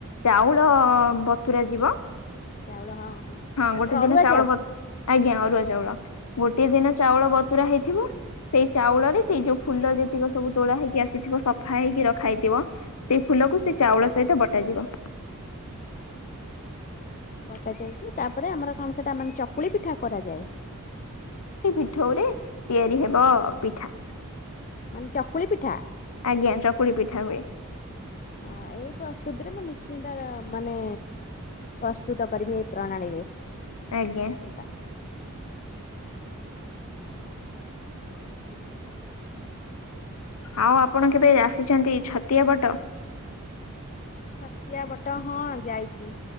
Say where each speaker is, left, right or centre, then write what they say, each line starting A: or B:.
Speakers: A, on the left; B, on the left.
A: ଚାଉଳ ବତୁରା ଯିବ।
B: ଚାଉଳ ହଁ
A: ହଁ ଗୋଟେ
B: ଆମର
A: ଦିନ
B: ଅରୁଆ
A: ଚାଉଳ ବ ଆଜ୍ଞା ଅ ଅରୁଆ ଚାଉଳ ଗୋଟିଏ ଦିନ ଚାଉଳ ବତୁରା ହେଇଥିବ। ସେଇ ଚାଉଳରେ ସେଇ ଯୋଉ ଫୁଲ ଯେତିକ ସବୁ ତୋଳା ହେଇକି ଆସିଥିବ ସଫା ହେଇକି ରଖା ହେଇଥିବ ସେଇ ଫୁ ଲକୁ ସେ ଚାଉଳ ସହିତ ବଟାଯିବ।
B: ବଟା ଯାଇକି ତାପରେ ଆମର କଣ ସେଟା ମାନେ ଚକୁଳି ପିଠା କରାଯାଏ।
A: ପିଠଉରେ ତିଆରି ହେବ ପିଠା।
B: ମାନେ ଚକୁଳି ପିଠା।
A: ଆଜ୍ଞା ଚକୁଳି ପିଠା ହୁଏ
B: ହଁ ଏଇ ପ୍ରସ୍ତୁତିରେ ମୁଁ ନିଶ୍ଚି ତାର ମାନେ ପ୍ରସ୍ତୁତ କରିବି ଏଇ ପ୍ରଣାଳୀରେ।
A: ଆଜ୍ଞା।
B: ନିଶ୍ଚିନ୍ତ।
A: ଆଉ ଆପଣ କେବେ ଆସିଛନ୍ତି ଛତିଆ ବଟ?
B: ଛତିଆ ବଟ ହଁ ଯାଇଚି।